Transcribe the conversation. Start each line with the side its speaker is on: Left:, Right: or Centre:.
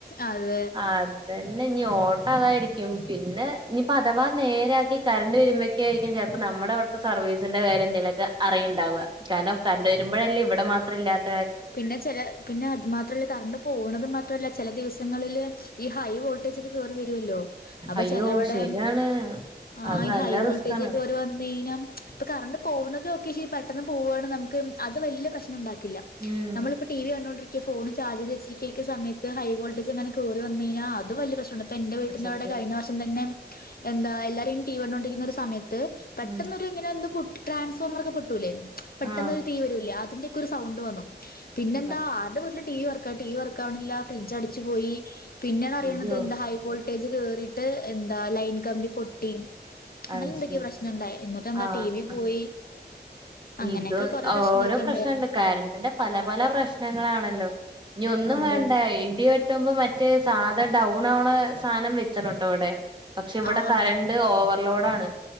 Left: അത്
Right: അതന്നെ. ഇനി ഓട്ടം അതായിരിക്കും പിന്നെ ഇനിപ്പോ അഥവാ നേരാക്കി കറണ്ട് വരുമ്പോക്കെ ആയിരിക്കും ചെലപ്പോ നമ്മ മ്മടെവിടുത്തെ സർവീസിന്റെ കാര്യംന്തിലക്കെ അറിയുണ്ടാവാ കാരണം കരണ്ട് വരുമ്പോഴല്ലേ ഇവിടെ മാത്രഇല്ലത്ത
Left: പിന്നെ ചെല പിന്നെ അത് മാത്രല്ലാ കറണ്ട് പോണത് മാത്ര മാത്രല്ല ചെല ദിവസങ്ങളിൽ ഈ ഹൈ വോൾട്ടേജോക്കെ കേറി വര് ല്ലോ അപ്പൊ
Right: അയ്യോ
Left: ചെലവടേ
Right: ശരിയാണ്
Left: ആ
Right: അത് നല്ല
Left: ഹൈ വോൾട്ടേജോക്കെ
Right: റിസ്കാണ്
Left: കേറി വന്ന് കയിഞ്ഞ ഇപ്പൊ കറണ്ട് പോകുന്നതൊക്കെക്ഷെരി പെട്ട പോവാണ് നമക്ക് അത് വല്യ പ്രശ്നം ഇണ്ടാക്കില്ല.
Right: ഉം
Left: നമ്മളിപ്പൊ ടി വി കണ്ടോണ്ടിരിക്ക്‌ ക്ക ഫോണ് ചാർ്ജിൽ വച്ചിരിക്കൊക്ക സമയത്ത് ഹൈ വോൾട്ടേജ് എങ്ങാനും കയറി വന്നീയ്ഞ്ഞാ അത് വല്യ പ്രശ്നോണ്ടാ ഇപ്പൊ എന്റെ വീട്ടിന്റെറ
Right: സത്യം
Left: അവിടെ കഴിഞ്ഞ വർഷം തന്നെ എന്താ എല്ലാരെയും ടീവിണ്ടോണ്ടിരിക്കുന്ന ഒരു സമയത്ത് ത്ത് പെട്ടൊന്നൊരുങ്ങനെ
Right: ഉം
Left: എന്തോ പൊ ട്രാൻസ്ഫോർമറോക്കെ പൊട്ടൂല്ലേ പെട്ടെന്ന്
Right: ആഹ്
Left: ഒരു തീ വരൂല്ലെ ന്റെക്കൊരു സൗണ്ട് വന്നു പിന്നെന്താ
Right: അതാ
Left: അത് <inaudible> ടീവി വർക്ക ടീവി വർക്കാവണില്ല ഫ്രിഡ്ജ് അടിച്ചു പോയി പിന്നെയാണ് അറിയുന്നത്
Right: അയ്യോ
Left: എന്താ ഹൈ വോൾട്ട് ട്ടേജ് കേറിട്ട് എന്താ ലൈൻ കമ്പി പൊട്ടി. അങ്ങനെ
Right: അത്
Left: എന്തൊക്കെയോ
Right: ശരി
Left: പ്രശ്നം ഇണ്ടായി എന്നിട്ട എന്താ
Right: ആഹ്
Left: ടി വി പോയി. അങ്ങനെയൊക്കെ
Right: ഇത്
Left: കൊറെ പ്രശ്നൊക്കെ
Right: ഓരോ പ്രശ്നണ്ട്
Left: ഉണ്ടായിരുന്നു
Right: കരണ്ടിന്റെ പല പല പ്രശ്നങ്ങളാണല്ലോ ഇനി ഒന്നും
Left: അതെ
Right: വേണ്ട ഇടിവെട്ട് ട്ടുമ്പോ മറ്റേ സാധ ഡൗൺ ആവണ സാധനം വെച്ച്ണട്ടോ ഇവടെ. പക്ഷെ ഇവിടെ
Left: ആഹ്
Right: കറണ്ട്റ്
Left: ആഹ്
Right: ഓവർലോഡ് ആണ്